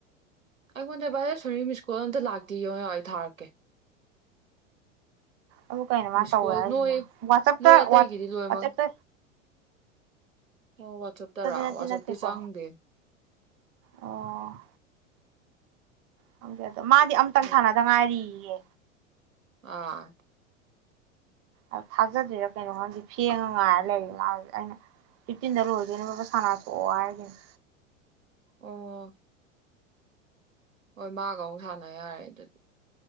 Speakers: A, on the right; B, on the right.
A: ꯑꯩꯉꯣꯟꯗ ꯚꯥꯂꯦꯁꯣꯔꯤ ꯃꯤꯁ ꯀꯣꯜ ꯑꯃꯇ ꯂꯥꯛꯇꯦ ꯌꯦꯡꯉꯣ ꯌꯦꯡꯉꯣ ꯑꯩ ꯊꯥꯔꯛꯀꯦ
B: ꯑꯗꯨ ꯀꯩꯅꯣ ꯃꯥ
A: ꯃꯤꯁꯀꯣꯜ
B: ꯇꯧꯋꯦ ꯍꯥꯏꯁꯤꯅ
A: ꯅꯣꯏ
B: ꯋꯥꯆꯞꯇ
A: ꯅꯣꯏ ꯑꯇꯩꯒꯤꯗꯤ ꯂꯣꯏꯅꯃꯛ
B: ꯋꯥꯠꯁꯑꯦꯞꯇ
A: ꯑꯣ ꯋꯥꯆꯞꯇꯔꯣ
B: ꯅꯠꯇꯤ
A: ꯋꯥꯠꯁꯑꯦꯞꯗꯤ
B: ꯅꯠꯇꯦꯀꯣ
A: ꯆꯪꯗꯦ
B: ꯑꯣ ꯈꯪꯗꯦ ꯃꯥꯗꯤ ꯑꯃꯇꯪ
A: ꯑꯣ
B: ꯁꯥꯟꯅꯗ ꯉꯥꯏꯔꯤꯌꯦꯌꯦ
A: ꯑꯥ
B: ꯑ ꯊꯥꯖꯗꯔ꯭ꯤꯔꯥ ꯀꯩꯅꯣꯃꯗꯤ ꯐꯦꯡꯉ ꯉꯥꯏꯔ ꯂꯩꯔꯤ ꯃꯥ ꯍꯧꯖꯤꯛ ꯀꯟꯅ ꯐꯤꯞꯇꯤꯟꯗ ꯂꯣꯏꯗꯣꯏꯅꯦꯕ ꯐꯠ ꯐꯠ ꯁꯥꯟꯅꯊꯣꯛꯑꯣ ꯍꯥꯏꯁꯤꯅꯦ
A: ꯑꯣ ꯍꯣꯏ ꯃꯥꯒ ꯑꯃꯨꯛ ꯁꯥꯟꯅ ꯌꯥꯔꯦ ꯑꯗꯨꯗꯤ